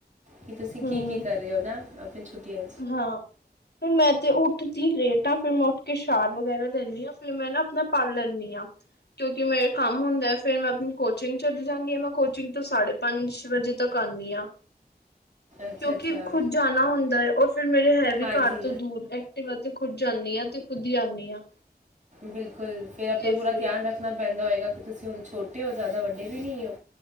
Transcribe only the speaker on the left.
ਹਮ
ਹਾਂ ਫ ਮੈਂ ਤੇ ਉੱਠਦੀ ਰੇਟ ਆ ਫਿਰ ਮੈਂ ਉੱਠ ਕੇ ਸ਼ਾਰ ਵਗੈਰਾ ਲੈਂਦੀ ਹਾਂ। ਫ ਮੈਂ ਨਾ ਆਪਣਾ ਪੜ ਲੈਂਦੀ ਹਾਂ। ਕਿਉਂਕਿ ਮੇਰੇ ਕੰਮ ਹੁੰਦਾ ਹੈ ਫਿਰ ਮੈਂ ਆਪਣੀ ਕੋਚਿੰਗ ਚਲੀ ਜਾਂਦੀ ਹਾਂ ਮੈਂ ਕੋਚਿੰਗ ਤੋਂ ਸਾਡੇ ਪੰਜ ਵਜੇ ਤੱਕ ਆਉਂਦੀ ਹਾਂ
ਕਿਉਂਕਿ
ਖੁੱਦ ਜਾਣਾ ਹੁੰਦਾ ਹੈ। ਉਹ ਫਿਰ ਮੇਰੇ ਹੈ ਵੀ
ਘਰ ਤੋਂ ਦੂਰ ਐਕਟਿਵ ਆ ਤੇ ਖੁਦ ਜਾਂਦੀ ਆਾਂ ਤੇ ਖੁਦ ਹੀ ਆਉਂਦੀ ਹਾਂ
ਤੇ ਫਿਰ